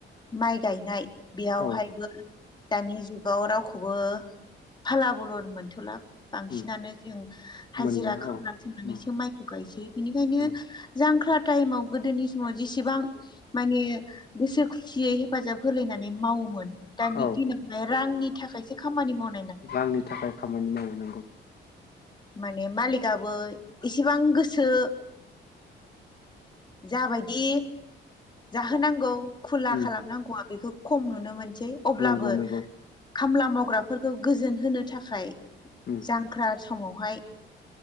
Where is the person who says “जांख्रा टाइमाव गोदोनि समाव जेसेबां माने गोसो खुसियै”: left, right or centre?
Left